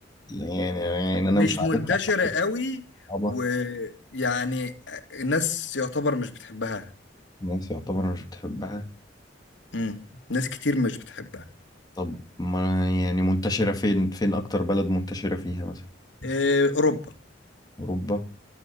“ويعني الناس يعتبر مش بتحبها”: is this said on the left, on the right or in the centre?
Left